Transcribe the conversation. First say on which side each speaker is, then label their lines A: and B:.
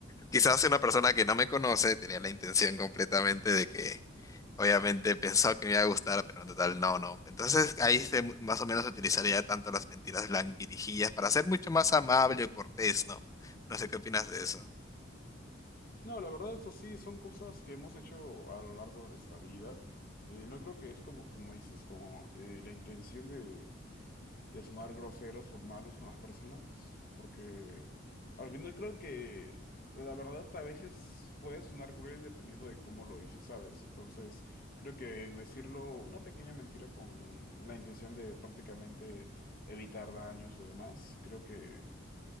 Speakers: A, on the left; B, on the left.
A: quizás una persona que no me conoce tenía la intención completamente de que obviamente pensó que me iba a gustar, pero en total no, no. Entonces ahí se, más o menos utilizaría tanto las mentiras blanquirijillas para ser mucho más amable y cortés, ¿no? No sé qué opinas de eso.
B: No, la verdad, eso sí, son cosas que hemos hecho a lo largo de nuestra vida. Eh, no creo que es como, como dices, como eh, la intención de, de sonar groseros o malos con las personas, porque al final creo que la verdad a veces puede sonar cruel dependiendo de cómo lo dices, ¿sabes? Entonces creo que decirlo una pequeña mentira con la intención de prácticamente evitar daños o demás, creo que